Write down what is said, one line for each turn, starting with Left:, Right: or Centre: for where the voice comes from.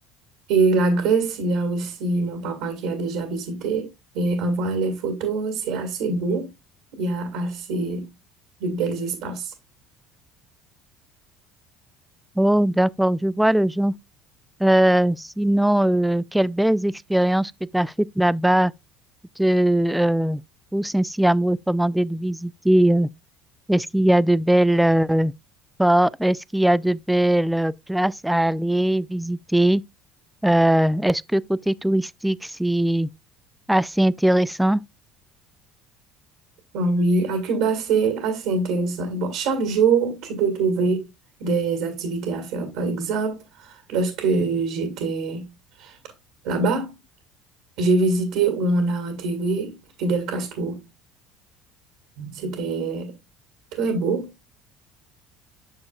Right: Et la Grèce, il y a aussi mon papa qui a déjà visité. Et en voyant les photos, c'est assez beau. Il y a assez de belles espaces.
Centre: Oh, d'accord, je vois le genre. Euh, sinon, euh, quelles belles expériences que tu as faites là-bas te euh, poussent ainsi à me recommander de visiter. euh, est-ce qu'il y a de belles euh, pas- est-ce qu'il y a de belles euh, places à aller visiter? Euh, est-ce que côté touristique, c'est Assez intéressant.
Right: Bon, oui, à Cuba, c'est assez intéressant. Bon, chaque jour, tu peux trouver des activités à faire. Par exemple, lorsque j'étais là-bas, j'ai visité où on a enterré Fidel Castro. C'était très beau.